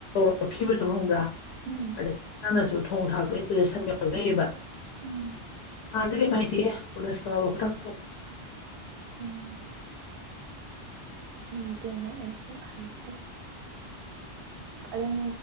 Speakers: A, on the left; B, on the right.
A: ꯄꯨꯔꯛꯈꯤꯕꯥꯗꯨ ꯈꯪꯕ꯭ꯔꯥ
B: ꯎꯝ
A: ꯑꯗꯩ ꯅꯪꯅꯥꯁꯨ ꯊꯣꯡ ꯊꯥꯛꯄ ꯏꯟꯇꯥꯔꯦꯁ ꯌꯥꯝ ꯌꯥꯎꯖꯩꯕ
B: ꯎꯝ
A: ꯍꯥꯟꯅꯗꯤ ꯀꯦꯝ ꯍꯩꯇꯦ ꯍꯦ ꯀꯣꯂꯦꯖ ꯀꯥꯕꯧ ꯑꯩꯈꯣꯏ ꯆꯥꯛ ꯊꯣꯡꯗꯦ
B: ꯎꯝ ꯑꯗꯨꯅꯦ ꯑꯩꯁꯨ ꯍꯩꯇꯦ꯫ ꯑꯗꯨꯝ